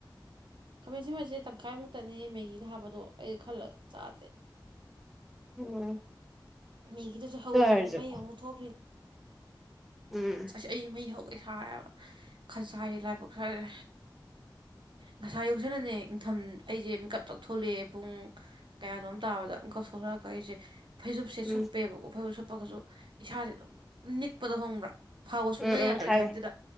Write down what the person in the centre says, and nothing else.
ꯎꯝ
ꯑꯗꯨ ꯑꯣꯏꯔꯁꯨ
ꯎꯝ
ꯎꯝ
ꯎꯝ ꯎꯝ
ꯈꯪꯉꯦ